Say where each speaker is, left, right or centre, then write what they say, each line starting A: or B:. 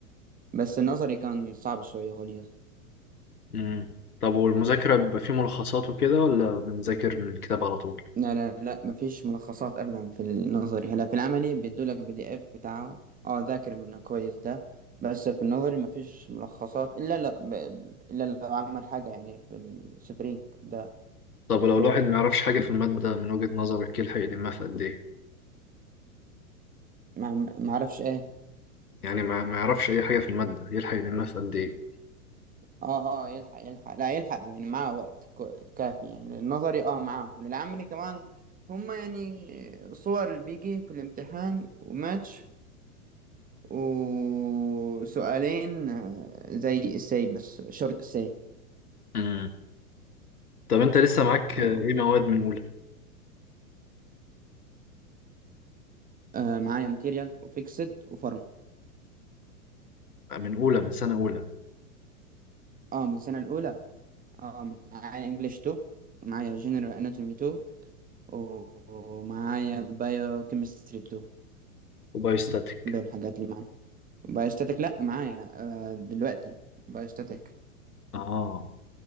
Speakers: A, on the right; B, on the left.
A: بس النظري كان صعب شوية غليظ
B: امم طب والمذاكره بيبقى فيه ملخصات وكده ولا بنذاكر من الكتاب على طول
A: لا لا لا مفيش ملخصات ابدا في النظري هلا في العملي بيدولك البي دي اف بتاعه اه ذاكر منه كويس ده بس في النظري مفيش ملخصات الا لا ب... الا لو عمل حاجه يعني في السبرينج ده
B: طب
A: الدكتور
B: لو الواحد ما يعرفش حاجه في الماده من وجهه نظرك يلحق يلمها في قد ايه
A: ما ما اعرفش ايه
B: يعني ما ما يعرفش اي حاجه في الماده يلحق يلمها في قد ايه
A: اه اه يلحق يلحق لا يلحق يعني معاه وقت كو- كافي يعني النظري اه معاه وللعملي كمان هما يعني صور اللي بيجي في الامتحان وماتش وسؤالين آه، زي السي بس شورت السي
B: امم طب انت لسه معاك
A: اه
B: آه، ايه مواد من اولى
A: آه، معايا ماتيريال وفيكسد وفارما
B: من اولى من سنه اولى
A: اه من السنة الأولى اه معايا انجلش 2 معايا جنرال اناتومي 2 و- ومعايا بايو كيمستري 2
B: وبايوستاتيك
A: دول الحاجات اللي معايا بايوستاتيك لا معايا آه دلوقتي بايوستاتيك
B: اه